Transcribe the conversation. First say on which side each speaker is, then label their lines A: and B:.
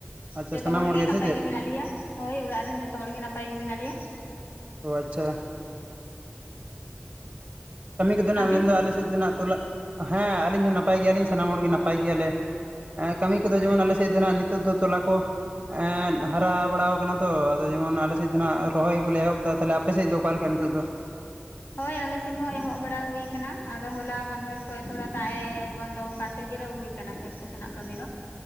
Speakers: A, on the right (about 30°); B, on the left (about 60°).
A: ᱟᱪᱪᱷᱟ
B: ᱡᱚᱛᱚ
A: ᱥᱟᱱᱟᱢ
B: ᱦᱚᱲ ᱜᱮ ᱱᱟᱯᱟᱭ
A: ᱥᱮ ᱪᱮᱫ
B: ᱜᱮ ᱢᱮᱱᱟᱜ ᱞᱮᱭᱟ ᱦᱚᱭ ᱚᱲᱟᱜ ᱨᱮᱱ ᱡᱚᱛᱚ ᱦᱚᱲ ᱜᱮ ᱱᱟᱯᱟᱭ ᱜᱮ ᱢᱮᱱᱟᱜ ᱞᱮᱭᱟ
A: ᱚ ᱟᱪ ᱪᱷᱟ ᱠᱟᱹᱢᱤ ᱠᱚᱫᱚ ᱱᱟᱜ
B: ᱟᱹᱵᱤᱱ
A: ᱢᱮᱱᱫᱚ ᱟᱞᱮ ᱥᱮᱫ ᱫᱚᱦᱱᱟᱜ ᱛᱩᱞᱞᱟ ᱦᱮᱸ ᱟᱹᱞᱤᱧ ᱦᱚᱸ ᱱᱟᱯᱟᱭ ᱜᱮᱭᱟᱞᱤᱧ ᱥᱟᱱᱟᱢ ᱦᱚᱲᱜᱮ ᱱᱟᱯᱟᱭ ᱜᱮᱭᱟᱞᱮ ᱦᱮᱸ ᱠᱟᱹᱢᱤ ᱠᱚᱫᱚ ᱡᱮᱢᱚᱱ ᱟᱞᱮ ᱥᱮᱫ ᱫᱚ ᱦᱟᱜ ᱱᱤᱛᱚᱜ ᱫᱚ ᱛᱚᱞᱟ ᱠᱚ ᱮᱜ ᱦᱟᱨᱟ ᱵᱟᱲᱟ ᱟᱠᱟᱱᱟ ᱛᱚ ᱟᱫᱚ ᱡᱮᱢᱚᱱ ᱟᱞᱮᱥᱮᱫ ᱫᱚ ᱱᱟᱜ ᱨᱚᱦᱚᱭ ᱜᱮᱠᱚ ᱮᱦᱚᱵ ᱫᱚ ᱛᱟᱦᱚᱞᱮ ᱟᱯᱮ ᱥᱮᱫ ᱫᱚ ᱚᱠᱟᱞᱮᱠᱟ ᱱᱤᱛᱚᱜ ᱫᱚ
B: ᱦᱳᱭ ᱟᱞᱮᱥᱮᱫ ᱦᱚᱸ ᱮᱦᱚᱵ ᱵᱟᱲᱟ ᱦᱩᱭ ᱟᱠᱟᱱᱟ ᱟᱫᱚ ᱦᱚᱞᱟ ᱢᱟᱫᱷᱮᱨ ᱠᱷᱚᱱ ᱛᱷᱚᱲᱟ ᱫᱟᱜ ᱮ ᱵᱚᱱᱫᱚ ᱟᱠᱟᱫ ᱛᱮ ᱡᱤᱨᱟᱹᱣ ᱦᱩᱭ ᱟᱠᱟᱱᱟ ᱠᱷᱮᱛ ᱠᱚᱥᱮᱱᱟᱜ ᱠᱟᱹᱢᱤ ᱫᱚ